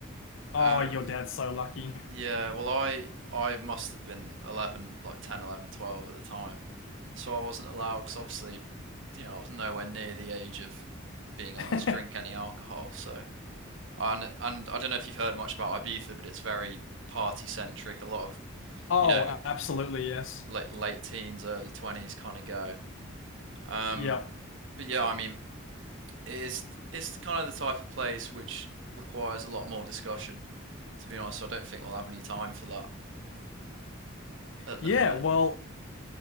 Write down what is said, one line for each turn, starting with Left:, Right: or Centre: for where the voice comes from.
Left: Oh,
Right: Um,
Left: your dad's so lucky.
Right: yeah. Well, I I must have been 11, like 10, 11, 12 at the time, so I wasn't allowed because obviously, you know, I was nowhere near the age of being allowed
Left: <laughs>
Right: to drink any alcohol. So and and I don't know if you've heard much about Ibiza, but it's very party centric. A lot of
Left: Oh,
Right: you know,
Left: absolutely, yes.
Right: like late teens, early twenties kind of go. Um,
Left: Yeah.
Right: But yeah, I mean, it's it's kind of the type of place which requires a lot more discussion. To be honest, so I don't think we'll have any time for that at
Left: Yeah,
Right: the minute.
Left: well,